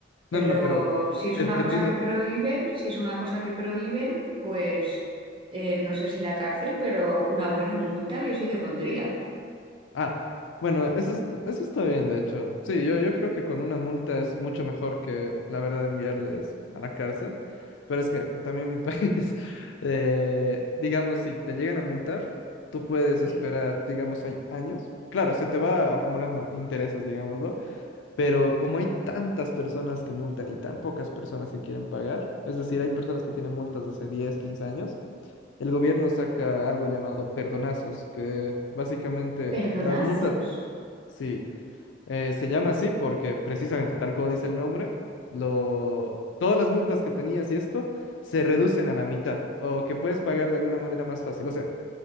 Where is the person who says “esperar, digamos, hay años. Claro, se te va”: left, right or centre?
Left